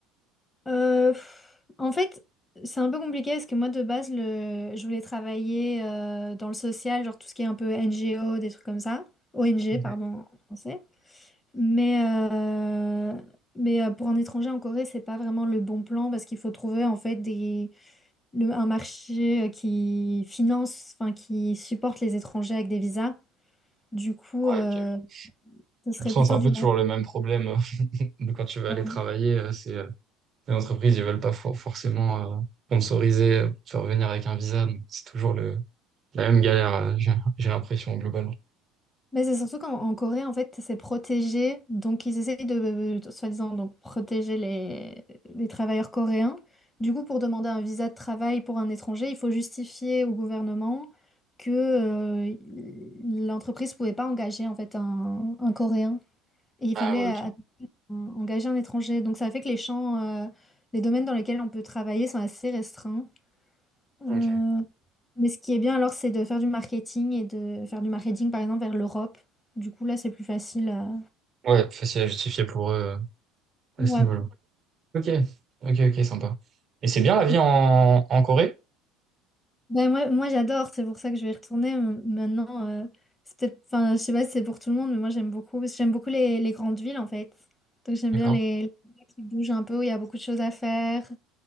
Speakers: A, on the left; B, on the right.
A: Euh, pff, en fait, c'est un peu compliqué parce que moi, de base, le... je voulais travailler euh, dans le social, genre tout ce qui est un peu NGO, des trucs comme ça. ONG,
B: Ok.
A: pardon, en français. Mais, euh, mais euh, pour un étranger en Corée, c'est pas vraiment le bon plan parce qu'il faut trouver en fait des, le- un marché euh, qui finance, enfin qui supporte les étrangers avec des visas. Du coup,
B: Ouais,
A: euh,
B: ok. De
A: ce serait
B: toute façon,
A: plutôt
B: c'est un
A: du...
B: peu toujours le même problème euh, <laughs> de quand tu vas
A: Ouais.
B: aller travailler. euh, C'est, euh, les entreprises, ils veulent pas for- forcément euh, sponsoriser, euh, te faire venir avec un visa. donc C'est toujours le, La même galère, euh, j'ai j'ai l'impression, globalement.
A: Mais c'est surtout qu'en en Corée, en fait, c'est protégé. Donc, ils essayent de, euh, soi-disant, donc, protéger les, les travailleurs coréens. Du coup, pour demander un visa de travail pour un étranger, il faut justifier au gouvernement que euh, l'entreprise ne pouvait pas engager, en fait, un, un Coréen. Et il
B: Ah
A: fallait
B: ouais, ok.
A: euh, engager un étranger. Donc, ça fait que les champs, euh, les domaines dans lesquels on peut travailler sont assez restreints. Euh,
B: Ok.
A: mais ce qui est bien alors, c'est de faire du marketing et de faire du marketing par exemple vers l'Europe. Du coup, là, c'est plus facile à...
B: Ouais, facile à justifier pour eux euh,
A: Ouais.
B: à ce niveau-là. Ok, ok, ok, sympa. Et c'est bien la vie
A: Et-
B: en, en Corée?
A: Ben, moi, moi j'adore, c'est pour ça que je vais y retourner M- maintenant. euh, c'est peut-être, enfin, je sais pas si c'est pour tout le monde, mais moi, j'aime beaucoup. parce que J'aime beaucoup les, les grandes villes en fait. Donc, j'aime
B: D'accord.
A: bien les, les villes qui bougent un peu, où il y a beaucoup de choses à faire.